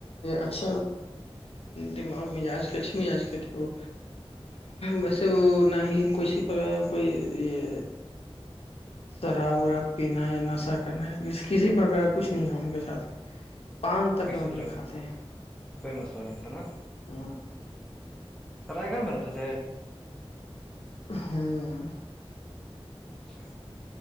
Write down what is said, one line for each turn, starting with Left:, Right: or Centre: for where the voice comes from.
Left: اچھا دماغ مزاج کے اچھے مزاج کے تھے وہ ویسے وہ نہ ہی کسی پرک کوئی یہ شراب وراب پینا یا نشہ کرنا ہے کسی پرکار کچھ نہیں ہے ان کے ساتھ پان تک
Centre: کسی
Left: وہ نہیں
Centre: طرح کا
Left: کھاتے
Centre: کوئی مسئلہ نہیں تھا نا
Left: ہیں
Centre: رائے گاؤ رہا تسے
Left: ہوں
Centre: اچھا